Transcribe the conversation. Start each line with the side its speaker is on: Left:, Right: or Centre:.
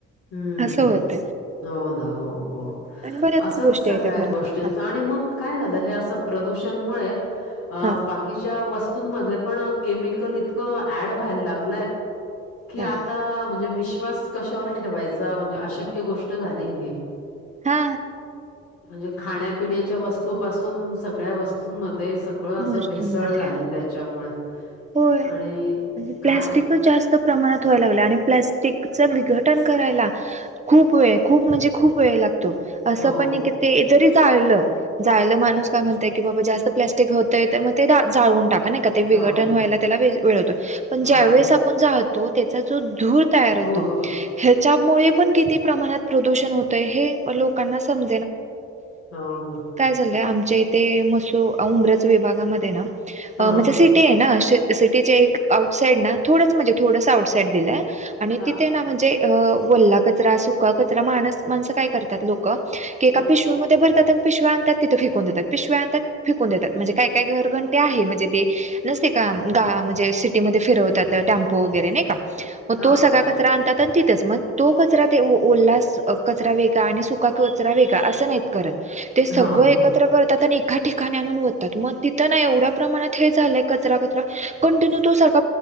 Left: हम्म
Right: असं होतंय
Left: हो ना हो हो
Right: आणि बऱ्याच
Left: असंच
Right: गोष्टी
Left: सगळ्या
Right: आहेत त्या खऱ्या
Left: गोष्टी. आणि मग काय झालं हे असं प्रदूषणमुळे. अ
Right: हा
Left: बाकीच्या वस्तूंमध्ये पण केमिकल. ड व्हायला लाग क
Right: हा
Left: आ म्हण विश्वा क. ठेवाय म्हणजे अशक्य गोष्ट झाली हे.
Right: हा.
Left: म्हणजे खाण्यापिण्याच्या वस्तूपासून सगळ्या वस्तू. मध्ये सगळं असं
Right: मस्तून
Left: भेसळ
Right: मध्ये
Left: झाली त्याच्यामुळे.
Right: होय
Left: आणि
Right: प्लाॅस्टिकच
Left: काय
Right: जास्त प्रमाणात व्हाय लागलं आणि प्स्ट. च विघटन करायला. खूप वेळ खूप म्हणजे खूप वेळ लागतो असं
Left: हो,
Right: पण नाही. ते जरी जाळलं जा माणूस काय म्हणताय की बाबा जास्त प्. होतय तर मग ते जाळून टाका नाही का ते विघटन
Left: हो,
Right: व्हायला त्याला वेळ होतो पण
Left: हो.
Right: ज्या वळेस. णतो त्याचा जो धूर. होत
Left: धूर.
Right: ह्याच्यामुळे पण किती प्रमाणात प्रदूषण हो. लोना सम.
Left: हो, हां.
Right: <inaudible>
Left: हां, हां.
Right: ते आहे ना सिटीचे एक आउट साईड ना थोड म्हणजे थोडस आउट साईड दिलंय. आणि
Left: हां,
Right: तिथे
Left: हां.
Right: ना म्हणजे वल्ला कचरा सुका कचरा माणस माणसं काय करतात लोक. एका
Left: हां.
Right: पिशव्या भरतात प्या. तिथं फिकून देतात पिशव्यांतात फिकून देतात म्हणजे काय काय घरघंटे आहे म्हणजे ते. ते का म्हणजे सिटीमध्ये फिरवतात टेम्पो वगैरे नाही का मग
Left: हां.
Right: तो सगळ कच राहतात. तिथच मग तो कचरा ओलला कचरा वेगळा आणि सुका कचरा वेगा असं नाहीत करत. ते सगळं
Left: हां, हां.
Right: एकत्र करतात आणि एका ठिकाणी आणून होतात मग तिथं ना एवढ्या प्रमाणात हे झालंय. कचरा कचरा कंटिन्यू तो सारख